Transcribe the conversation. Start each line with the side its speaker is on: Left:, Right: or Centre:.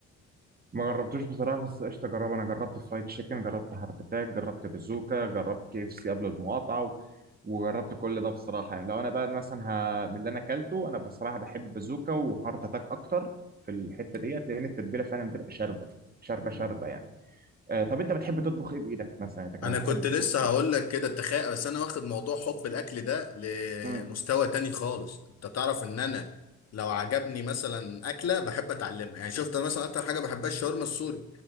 Right: ما جربتوش بصراحة بس قشطة أجربه أنا جربت فرايد تشيكن جربت هارت أتاك جربت بازوكا جربت كي اف سي قبل المقاطعة و- وجربت كل ده بصراحة يعني لو أنا بقى مثلا ه... من اللي أنا أكلته أنا بصراحة بحب بازوكا وهارت أتاك أكتر في الحتة ديت لأن التتبيلة فعلا بتبقى شاربة شاربة شاربة
Left: ده
Right: يعني آه طب أنت بتحب تطبخ إيه بإيدك مثلا أنت كده
Left: انا
Right: بتحب
Left: كنت
Right: تطبخ
Left: لسه هقول لك كده تخيل بس انا واخد موضوع حب الاكل ده لمستوى
Right: مم.
Left: تاني خالص انت تعرف ان انا لو عجبني مثلا اكله بحب اتعلمها يعني شفت انا مثلا اكتر حاجه بحبها الشاورما السوري